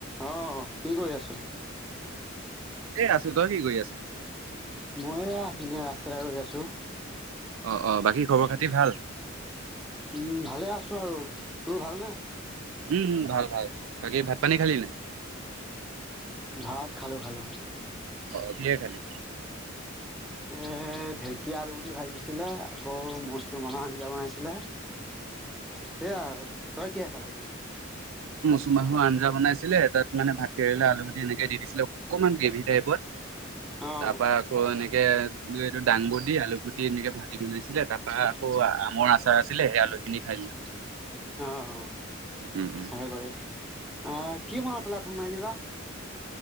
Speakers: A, in the centre; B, on the right.
A: অ কি কৰি আছো
B: এ আছো তই কি কৰি আছ
A: মই ইনে ৰাস্তা ৰৈ আছো।
B: অ অ বাকী খবৰ খাতি
A: উ
B: ভাল?
A: উম ভালে আছো আৰু তোৰ ভালনেে
B: উম ভাল ভাল বাকী ভাত পানী খালি নাই
A: ভাত খালো খালো
B: অ কিে খালি
A: এৰ ঢেকীয়া আলু গুটি ভাজিছিলে আকৌ মচুৰমাহৰ আঞ্জা বনাইছিলে সেয়া আৰু তই কিহে খালি
B: ুমাহৰ আঞ্জা বনাইছিলে তাত মানে ভাত কেৰেলা আলু ভটি এনেকে দি দিছিলে অকণমান গ্ৰেভি টাইপত
A: অ',
B: তাৰপা আকৌ এনেকে এইটো দাংবু দিি আলু গুটি এনেকে ভাল বনাইছিলে তাৰ পৰা আকৌ আমৰ আচাৰ আছিলে সেয়া লৈ পিনি খাই দিলো
A: অ অ
B: উম উম
A: হে কৰে আহ কি মনত পেলাই ফোন মাৰিলিবা